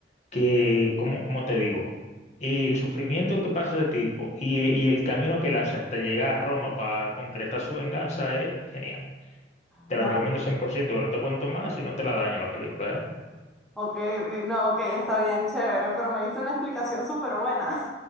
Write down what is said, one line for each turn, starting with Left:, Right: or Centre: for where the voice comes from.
Left: Que, como, como te digo, el sufrimiento que pasa ese tipo y, eh, y el camino que él hace hasta llegar a Roma para concretar su venganza es genial. Te
Centre: no,
Left: la recomiendo 100%, que no te cuento más y no te la daño la película, ¿eh?
Centre: ok, ok, no, ok, está bien, chévere, pero me diste una explicación súper buena.